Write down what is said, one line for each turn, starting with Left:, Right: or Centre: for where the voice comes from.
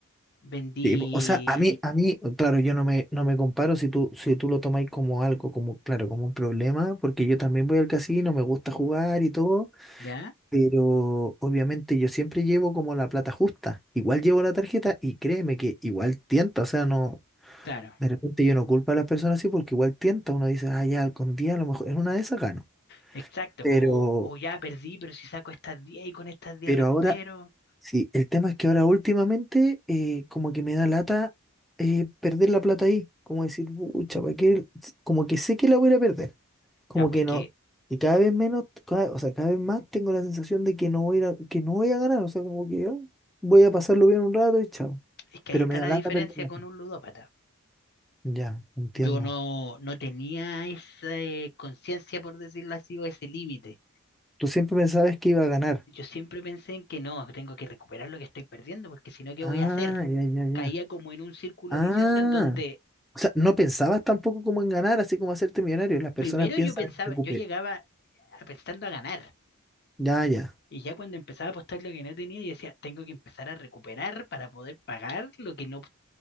Left: Vendí,
Centre: Sí, po, o sea, a mí, a mí, claro, yo no me, no me comparo si tú, si tú lo tomáis como algo, como, claro, como un problema, porque yo también voy al casino, me gusta jugar y todo,
Left: ¿ya?
Centre: Pero obviamente yo siempre llevo como la plata justa. Igual llevo la tarjeta y créeme que igual tienta. O sea, no,
Left: Claro,
Centre: de repente yo no culpo a las personas así porque igual tienta. Uno dice, ah, ya, con día a lo mejor en una de esas gano.
Left: exacto.
Centre: Pero,
Left: po, O, o ya perdí, pero si saco estas 10 y con estas 10
Centre: pero
Left: recupero.
Centre: ahora, sí, el tema es que ahora últimamente eh, como que me da lata eh, perder la plata ahí. Como decir, pucha, ¿para qué? Como que sé que la voy a perder. como
Left: Ya, pues
Centre: que
Left: que
Centre: no, y cada vez menos, cada- o sea, cada vez más tengo la sensación de que no voy a, ir a- que no voy a ganar, o sea, como que "Ah, voy a pasarlo bien un rato y chao.
Left: es que
Centre: Pero
Left: ahí está
Centre: me da
Left: la
Centre: lata
Left: diferencia
Centre: perderla.
Left: con un ludópata.
Centre: Ya, entiendo.
Left: Yo no, no tenía esa eh, conciencia, por decirlo así, o ese límite.
Centre: Tú siempre pensabas que iba a ganar.
Left: Yo siempre pensé en que no, tengo que recuperar lo que estoy perdiendo, porque si no, ¿qué
Centre: Ah,
Left: voy a hacer?
Centre: ya, ya, ya.
Left: Caía como en un círculo
Centre: Ah,
Left: vicioso en donde
Centre: o sea, no pensabas tampoco como en ganar, así como hacerte millonario. Las personas
Left: primero
Centre: piensan
Left: yo pensaba,
Centre: en recuperar.
Left: yo llegaba a- pensando a ganar,
Centre: Ya, ya.
Left: y ya cuando empezaba a apostar lo que no tenía, yo decía, tengo que empezar a recuperar para poder pagar lo que no...